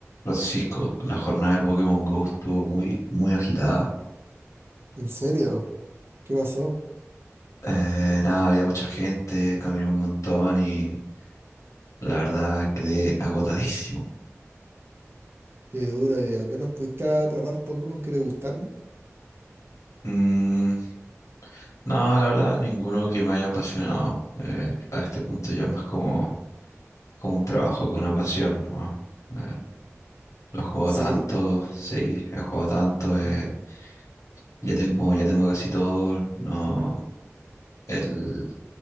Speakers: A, on the left; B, on the right.
A: Francisco, la jornada de Pokémon Go estuvo muy, muy agitada.
B: ¿En serio? ¿Qué pasó?
A: Eh, nada, había mucha gente, caminé un montón y la verdad quedé agotadísimo.
B: Qué duro, y al menos pudiste atrapar Pokémon que te gustaron.
A: Mm, no, la verdad, ninguno que me haya apasionado. Eh, a este punto ya es más como, como un trabajo que una pasión, ¿no? Eh, lo he jugado
B: Sí,
A: tanto, sí, he jugado tanto, eh, ya tengo, ya tengo casi todo, no. el,